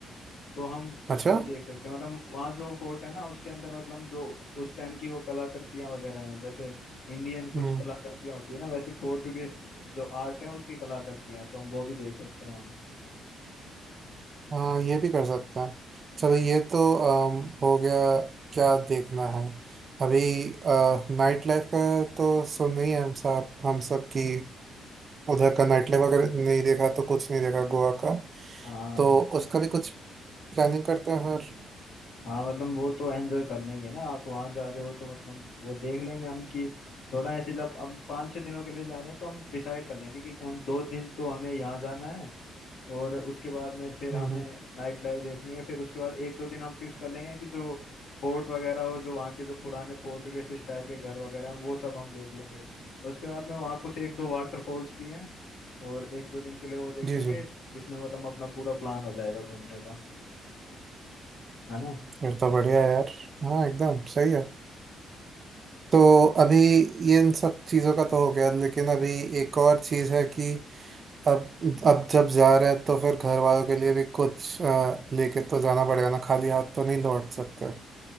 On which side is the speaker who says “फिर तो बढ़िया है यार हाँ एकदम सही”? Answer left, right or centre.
Right